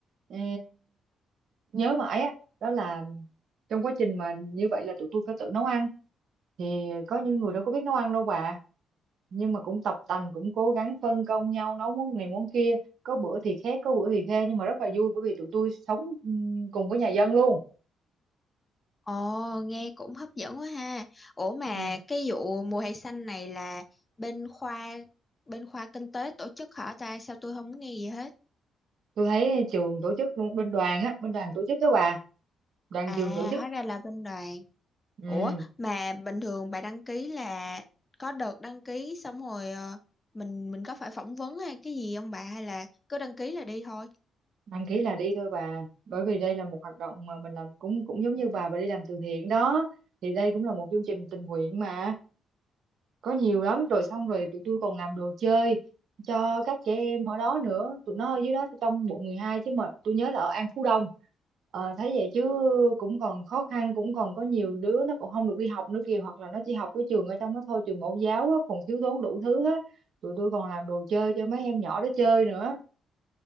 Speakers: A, on the right; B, on the left.
A: ờ, nhớ mãi á đó là trong quá trình mà như vậy là tụi tôi phải tự nấu ăn thì có những người đâu có biết nấu ăn đâu bà nhưng mà cũng tập tành cũng cố gắng phân công nhau nấu món này món kia có bữa thì khét có bữa thì khê nhưng mà rất là vui bởi vì tụi tôi sống ừm, cùng với nhà dân luôn
B: Ồ, nghe cũng hấp dẫn quá ha. Ủa mà
A: ừ.
B: cái vụ mùa hè xanh này là bên khoa bên khoa kinh tế tổ chức hả ta? Sao tôi không nghe gì hết?
A: tôi thấy trường tổ chức luôn bên đoàn á bên đoàn tổ chức đó bà đoàn
B: À,
A: trường tổ chức
B: hóa ra là bên đoàn.
A: ừ.
B: Ủa mà bình thường bà đăng ký là có đợt đăng ký xong rồi ờ, mình mình có phải phỏng vấn hay cái gì không bà hay là cứ đăng ký là đi thôi?
A: đăng ký là đi thôi bà bởi vì đây là một hoạt động mà mình làm cũng cũng giống như bà bà đi làm từ thiện đó thì đây cũng là một chương trình tình nguyện mà có nhiều lắm rồi xong rồi tụi tôi còn làm đồ chơi cho các trẻ em ở đó nữa tụi nó ở dưới đó trong quận 12 chứ mà tôi nhớ là ở An Phú Đông Ờ, thấy vậy chứ cũng còn khó khăn cũng còn có nhiều đứa nó còn không được đi học nữa kìa hoặc là nó chỉ học cái trường ở trong đó thôi trường mẫu giáo á, còn thiếu thốn đủ thứ hết tụi tôi còn làm đồ chơi cho mấy em nhỏ đó chơi nữa